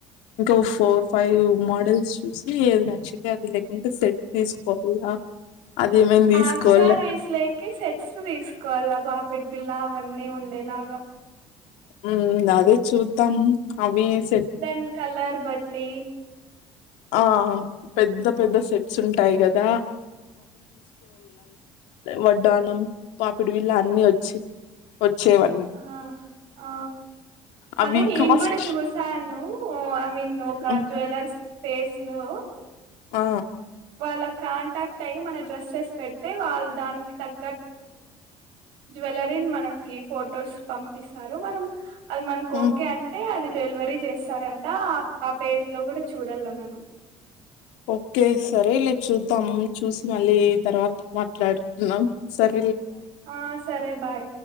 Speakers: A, on the left; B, on the right.
A: ఇంకో ఫోర్ ఫైవ్ మోడల్స్ చూసి ఏది నచ్చితే అది లేకుంటే సెట్ తీసుకోవాలా అది ఏమైనా
B: హాఫ్
A: తీసుకోవాల
B: శారీస్ లోకి సెట్స్ తీసుకు కాళ్ళ పాపిడిబిళ్ళ వన్నీ ఉండేలాగాం
A: ఉ అదే చూద్దాం అవి ఎస్
B: దన్ కలర్ బట్టి
A: ఆ పెద్ద పెద్ద సెట్స్ ఉంటాయి కదా వడ్డానం పాపిడి వీళ అన్ని వచ్చి వచ్చేవన్నీ
B: ఆ ఆ
A: అవి
B: అదే నేను
A: కాస్ట్
B: కూడా చూసాను ఐ మీన్ ఒక
A: హ్మ్.
B: జ్యువెలర్స్ పేసను
A: ఆ
B: వాళ్ళకి కాంటాక్ట్ అయయి మన డ్రెస్ పెడితే వాళ్ళు దానికి తగ్గ జ్యూలరీ మనకి ఫొటోస్ పంపిస్తారు మనం అది మనకి
A: హ్మ్.
B: ఓకే అంటే అది డెలి వరి చేస్తారంట అప్ ఆ పేజ్ లో కూడా చూడల్ల మనం
A: ఓకే సరేలే చూ ద్దమ్ చూసి మళ్ళీ తర్వాత మాట్లాడుతున్నాం స
B: ఆ సరే బాయ్